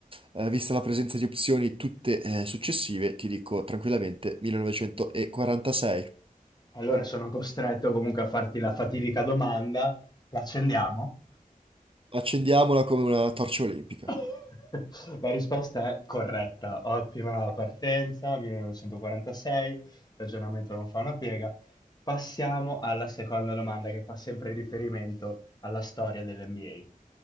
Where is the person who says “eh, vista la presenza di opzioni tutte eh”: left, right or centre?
Right